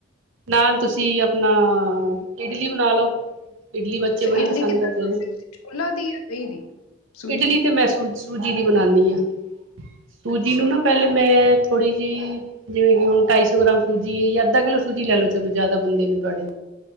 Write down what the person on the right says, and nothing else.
ਨਾਲ ਤੁਸੀਂ ਆਪਣਾ ਇਡਲੀ ਬਣਾ ਲਓ। ਇਡਲੀ ਬੱਚੇ
ਬੜੀ
ਪਸੰਦ
ਕਰਦੇ
ਨੇ।
ਇਡਲੀ
ਤੇ ਮੈਂ ਸੋਚ ਸੂਜੀ ਦੀ ਬਣਾਉਦੀ ਹਾਂ। ਸੂਜੀ
ਨੂੰ ਨਾ ਪਹਿਲੇ ਮੈਂ ਥੋੜ੍ਹੀ ਜਿਹੀ ਜਿਵੇਂ ਕਿ ਹੁਣ ਢਾਈ ਸੌ ਗ੍ਰਾਮ ਸੂਜੀ ਜਾਂ ਅੱਧਾ ਕਿੱਲੋ ਸੂਜੀ ਲੈ ਲਉ। ਚਲੋ ਜ਼ਿਆਦਾ ਬੰਦੇ ਨੇ ਤੁਹਾਡੇ